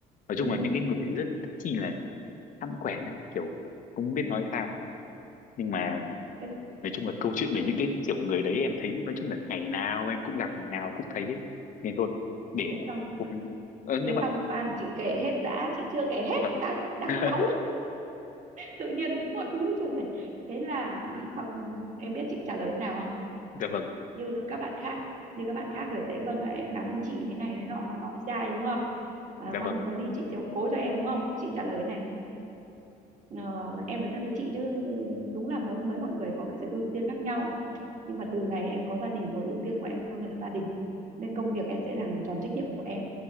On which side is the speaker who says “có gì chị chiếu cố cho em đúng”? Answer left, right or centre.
Right